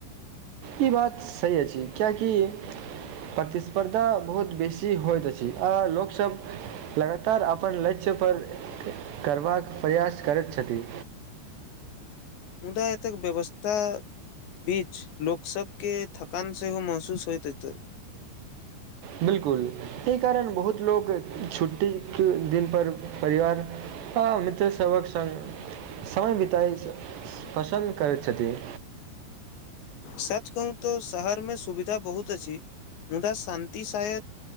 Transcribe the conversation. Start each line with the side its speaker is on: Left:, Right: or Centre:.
Right: ई बात सही अछि किियकि प्रतिस्पर्धा बहुत बेसी होइत अछि, आ लोकसभ लगातार अपन लक्ष्यपर करबाक प्रयास करैत छथिन।
Left: मुदा एतेक व्यवस्थाक बीच लोक सभ के थकान सेहो महसूस होइत अछि।
Right: बिलकुल, एहि कारण बहुत लोक छुट्टीके दिनपर परिवार आ मित्र सभक सङ्ग समय बितय पसन्द करैत छथिन।
Left: सच कहू तो शहर मे सुविधा बहुत अछि, मुदा शान्ति शाय